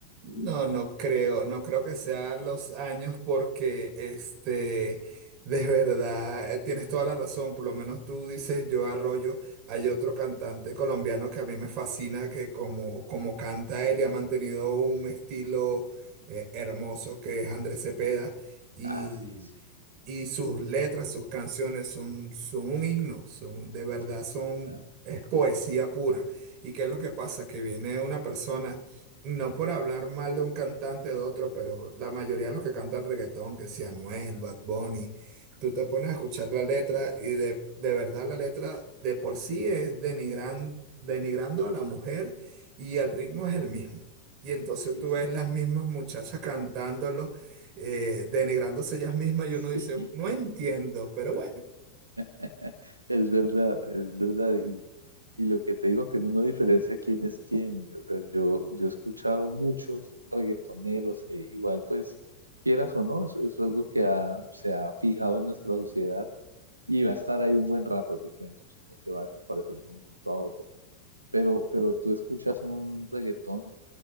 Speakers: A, on the right (about 40°); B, on the right (about 80°).
A: No, no creo, no creo que sean los años porque este, de verdad, eh, tienes toda la razón, por lo menos tú dices yo Arroyo, hay otro cantante colombiano que a mí me fascina, que como, como canta él y ha mantenido un estilo eh, hermoso, que es Andrés Cepeda, y,
B: Ah, sí, sí,
A: y sus letras, sus canciones son, son un himno, son, de verdad
B: sí, es
A: son,
B: verdad.
A: es poesía
B: Sí,
A: pura. ¿Y qué es lo que pasa? Que viene una persona no por hablar mal de un cantante o de otro, pero la mayoría de los que cantan reggaetón, que sea Anuel, Bad Bunny, tú te pones a escuchar
B: sí,
A: la letra y de, de verdad la letra de por sí es denigran- denigrando a la mujer y el ritmo es el mismo. Y entonces
B: sí,
A: tú
B: sí.
A: ves las mismas muchachas cantándolo, eh, denigrándose ellas mismas y
B: Sí,
A: uno dice, no entiendo, pero bueno.
B: <laughs> es verdad, es verdad. Y, y lo que te digo, que uno no diferencia quién es quién. O sea, yo, yo he escuchado muchos reggaetoneros, eh, igual pues, quieras o no, eso, eso es algo que ha- se ha fijado en nuestra sociedad y va a estar ahí un buen rato, te cuento. eso No se va a desaparecer de un momento a otro. pero, pero tú escuchas un reggaetón